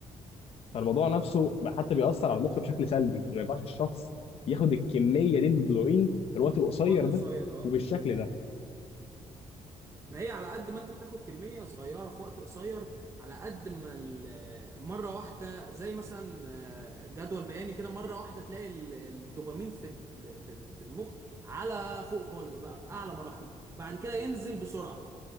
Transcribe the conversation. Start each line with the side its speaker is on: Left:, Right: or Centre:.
Left: فالموضوع نفسه حتى بيأثر على المخ بشكل سلبي ما ينفعش الشخص ياخد الكمية دي من الدوبامين في الوقت القصير
Right: في وقت قصير
Left: ده
Right: اه
Left: وبالشكل ده
Right: ما هي على قد ما انت بتاخد كمية صغيرة في وقت قصير على قد ما ال- مرة واحدة زي مثلا آه، جدول بياني كده مرة واحدة تلاقي ال- الدوبامين في ال- في ال- في المخ على فوق خالص بقى في أعلى مراحله بعد كده ينزل بسرعة